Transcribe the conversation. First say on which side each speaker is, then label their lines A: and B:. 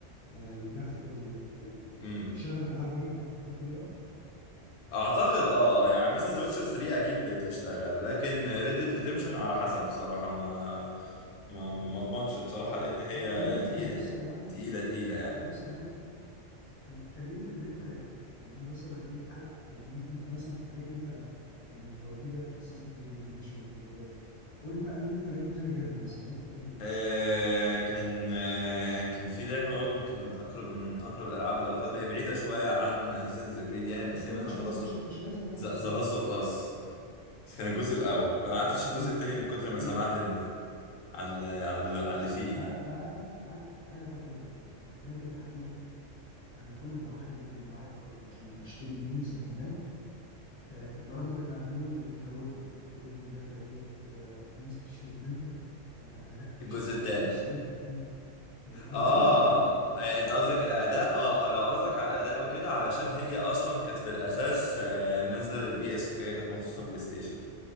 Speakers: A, on the left; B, on the left.
A: فالجرافيك كارد يعني
B: امم
A: فيشغل الالعاب ديت لو فكرت اجيبها
B: اعتقد اه يعني مثلا ذا ويتشر 3 اكيد تشتغل لكن ريد ديد ريديمشن على حسب بصراحه ما ما
A: طيب
B: ما اضمنش بصراحه لان هي
A: طب خلينا
B: تقيله
A: طب بص يا معلم
B: تقيله تقيله يعني
A: طيب بص يا معلم خل- خلينا في اللي انت لعبته يعني انا مثلا ايه هل يعني انت مثلا في الحاجات اللي انت لعبتها يعني انت قلت لي لعبت اساسن كريد ريفيليشن وغيرها قول لي بقى ان انت لعبته تاني غيرها مثلا لعبت تاني ايه
B: آه كان آه كان في لعبة برضه من- كانت من أقرب من أقرب الألعاب إلى قلبي هي بعيدة شوية عن أساسنز كريد يعني بس
A: مش كده
B: هي مثلا
A: مش
B: ذا
A: لازم
B: لاست
A: مش مش لازم نعمل
B: ذا
A: نفس اللي
B: لاست
A: ده
B: أوف أس بس كان الجزء
A: حبيبي
B: الأول ما لعبتش
A: حبيبي
B: الجزء التاني من كتر
A: حبيبي
B: ما سمعت إن على على على
A: بس
B: اللي
A: انا
B: فيه
A: تعالى
B: يعني
A: تعالى بقى تعالى تعالى بقى قول لي بقى اللعبه دي تحديدا انا كل ما اروح المول معايا الهارد عشان اشتري جيمز من هناك آه، الراجل بتاع المول يخوفني يقول لي اللعبة ديت آه، في ناس بتشتكي منها آه، أدائها
B: الجزء
A: مش حلو
B: التاني
A: على البي سي وتقيلة الأولاني
B: آه
A: ولا التاني؟
B: أي- أنت قصدك الأداء آه آه لو قصدك على الأداء وكده علشان هي أصلا كانت في الأساس آه، نازلة للبي إس وكده كانت مخصوصة بلاي ستيشن